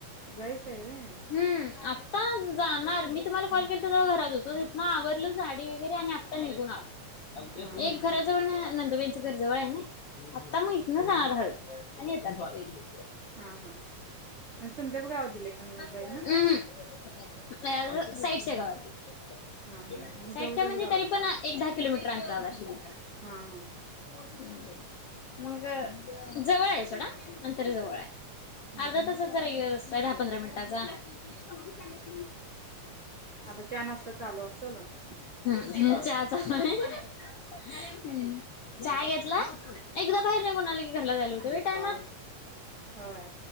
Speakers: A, on the right (about 55°); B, on the left (about 75°).
A: जायचयं वयं?
B: हम्म आत्ता जाण णार <unintelligible> मी तुम्हाला कॉल केलतो तेव्हा घरात होतो तिथंन आवरल साडी वगैरे आणि आत्ता निघून आलो.
A: हा हा
B: एक घरा जवळंण न तुबईच घर जवळयनै आत्ता म हितं जाणार हळु आणि येताना येतो हित
A: ह, हा म्हणजे तुमच्याच गावात दिलय का नणंदबाई
B: उ हु नाय अजून साएड त्या गावात दिलेय
A: हा हा मग
B: साईडच्या
A: जवळच्याच
B: म्हणजे
A: गावात
B: तरी
A: दिलंय
B: पण
A: की
B: एक दहा किलोमीटर <unintelligible>
A: हा, हा
B: मंगअ जवळयं सोडा अतंर जवळयं
A: हा
B: अर्धा
A: हा
B: तासाचा हिकडं रस्ताय दहा पंधरा मिनटाचा <unintelligible>
A: आता चा नाष्टा चालू असलं?
B: चहा चालूय हम्म चहा घेतला? एकदा बाहेर निघून आलं की घरला जायला होतय वय टायमात
A: होय